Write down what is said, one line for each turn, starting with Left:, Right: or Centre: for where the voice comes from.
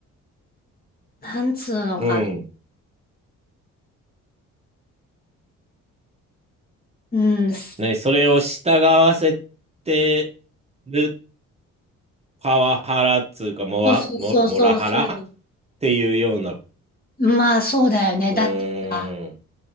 Left: なんつうのか、
Right: うん。
Left: うん、そ
Right: 何、それを従わせてるパワハラっつうか、モワ、
Left: うそうそうそうそ
Right: モ、モラハラっていうような、
Left: う。まあそうだよね。
Right: うーん、
Left: だってさ、